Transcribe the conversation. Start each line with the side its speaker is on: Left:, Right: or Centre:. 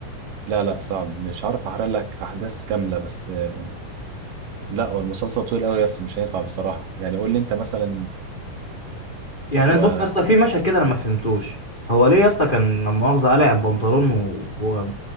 Right: لا لا صعب مش عارف احرق لك احداث كاملة بس آه، لا هو المسلسل طويل قوي يا اسطى مش هينفع بصراحة يعني قول لي انت مثلا
Left: يعني
Right: مشهد
Left: أنا بص يا اسطى في مشهد كده انا ما فهمتوش هو ليه يا اسطى كان لما مؤاخذة قلع البنطلون و... و...